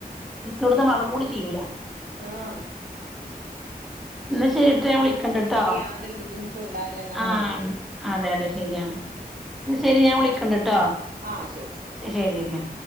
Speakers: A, in the centre; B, on the right.
A: ഇടുന്ന മളം കൂടി ചെയ്യൂല <unintelligible>
B: ആഹ
A: എന്ന ശരിട്ട് ഞാൻ വിളിക്കണ്ടട്ടോ
B: യാതൊരു ബുദ്ധിമുട്ടും ഉണ്ടാവില്ല എന്നാണ്
A: ആ
B: പറയുന്നത്
A: അതെ അതെ ശെരിയാണ് ന്നാ ശെരി ഞാൻ വിളിക്കണ്ട്ട്ടോ
B: ആഹ് ശരി
A: ശരി ശരി ശര